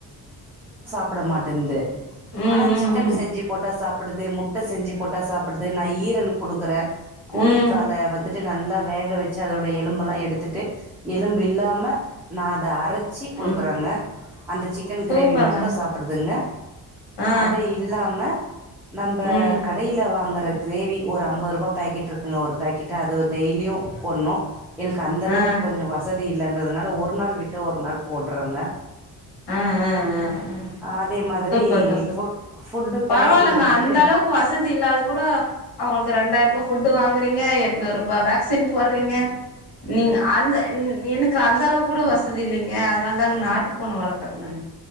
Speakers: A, in the centre; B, on the left.
A: சாப்பட மாட்டன்து
B: ம்
A: ஆனா
B: ம்
A: சிக்கன் செஞ்சி போட்டா சாப் புடுது முட்ட செஞ்சு போட்டா சாப்புடுது நா ஈரல் குடுக்குறே கோழிக்
B: ம் ம்
A: கால வந்துட்டு நல்லா வேக வெச்சு அதோட எலும்புலா எடுத்துட்டு எலும்பு இல்லா ம நா அத அரைச்சி குடுக்குறங்க
B: ம்
A: அந்த சிக்கன்
B: சூப்பருங்க
A: கிரேவி மட்டு சாப்புடுதுங்க
B: ஆ
A: அது இல்லாம நம்ப
B: ம்
A: கடையில வாங்கற கிரேவி ஒரு அம்பது ருபா பேக்கெட் இருக்குங்க ஒரு பேக்கெட் டு அது டெய்லியு போடுணு எனக்கு அந்தளவுக்கு
B: ஆ
A: கொஞ்ச வசதி இல்லன்றதுனால ஒரு நாள் விட்டு ஒரு நாள் போட்றங்க
B: ஆ ஆ ஆ ஆ
A: அதே மாதிரி
B: சூப்பருங்க சூப்பர்
A: ஃபுட் ஃபுட்டு
B: பரவால்லங்க
A: பேக்கெட் வந்துட்டு
B: அந்தளவுக்கு வசதி இல்லாது கூட அவுங்களுக்கு ரெண்டாயிருபா ஃபுட் குடுத்து வாங்கறிங்க எட்நூறுபா வேக்சின் போடறிங்க நீங்க அந்த என் எனக்கு அந்தளவுக்கு கூட வசதி இல்லீங்க அதனால தாங்க நாட்டுப் பூன வளக்கற நானு